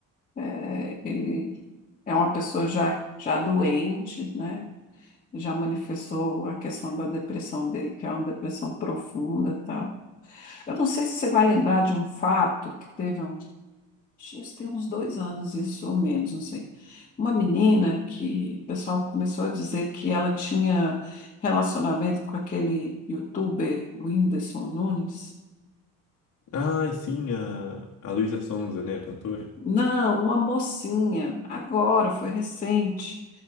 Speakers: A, on the left; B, on the left.
A: é, ele é uma pessoa já, já doente, né? Já manifestou a questão da depressão dele, que é uma depressão profunda e tal. Eu não sei se você vai lembrar de um fato que teve um Acho que Isso tem uns dois anos, isso ou menos, não sei. Uma menina que o pessoal começou a dizer que ela tinha relacionamento com aquele youtuber Whindersson Nunes.
B: Ah, sim, a, a Luísa Sonza, né? A cantora.
A: Não, uma mocinha, agora, foi recente.